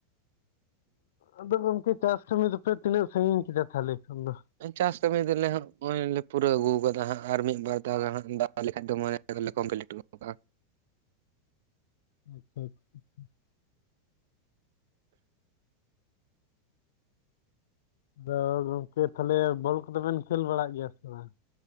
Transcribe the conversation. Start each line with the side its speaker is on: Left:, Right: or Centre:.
Left: ᱟᱫᱚ ᱜᱚᱝᱠᱮ ᱪᱟᱥ ᱠᱟᱹᱢᱤ ᱫᱚᱯᱮ ᱛᱤᱱᱟᱹᱜ ᱥᱟᱺᱜᱤᱧ ᱠᱮᱫᱟ ᱛᱟᱦᱞᱮ ᱠᱷᱟᱱ ᱫᱚ?
Right: ᱪᱟᱥ ᱠᱟᱹᱢᱤ ᱫᱚᱞᱮ ᱦᱚᱜᱚᱭ ᱞᱮ ᱯᱩᱨᱟᱹᱣ ᱟᱹᱜᱩᱣ ᱠᱟᱫᱟ ᱦᱟᱸᱜ ᱟᱨ ᱢᱤᱫ ᱵᱟᱨ ᱫᱷᱟᱣ ᱜᱟᱱ ᱦᱟᱸᱜ ᱫᱟᱜ ᱛᱟᱞᱟ ᱞᱮᱠᱟᱛᱮ ᱢᱟᱨᱮ <unintelligible> ᱞᱮᱴᱳᱜ-ᱟ
Left: <inaudible> ᱟᱫᱚ ᱜᱚᱝᱠᱮ ᱛᱟᱦᱚᱞᱮ ᱵᱚᱞ ᱠᱚᱫᱚ ᱵᱮᱱ ᱠᱷᱮᱞ ᱵᱟᱲᱟᱜ ᱜᱮᱭᱟ ᱥᱮ ᱵᱟᱝ?